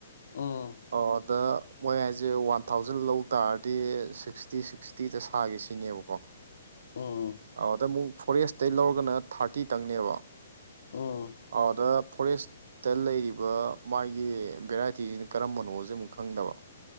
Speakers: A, on the left (about 80°); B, on the right (about 65°).
A: ꯎꯝ
B: ꯑꯣ ꯑꯗ ꯃꯣꯏ ꯍꯥꯏꯁꯦ ꯋꯥꯟ ꯊꯥꯎꯖꯟ ꯂꯧꯇꯥꯔꯗꯤ ꯁꯤꯛꯁꯇꯤ ꯁꯤꯛꯁꯇꯤꯗ ꯁꯥꯒꯦ ꯁꯤꯅꯦꯕꯀꯣ
A: ꯎꯝ
B: ꯑꯗꯨꯗ ꯑꯃꯨꯛ ꯒꯣꯔꯦꯁꯇ ꯑꯇꯩ ꯂꯧꯔꯒꯅ ꯊꯥꯔꯇꯤ ꯇꯪꯅꯦꯕ
A: ꯎꯝ
B: ꯑꯗ ꯐꯣꯔꯦꯁꯇ ꯂꯩꯔꯤꯕ ꯃꯥꯒꯤ ꯚꯦꯔꯥꯏꯇꯤꯁꯤꯅ ꯀꯔꯝꯕꯅꯣꯁꯦ ꯑꯃꯨꯛ ꯈꯪꯗꯕ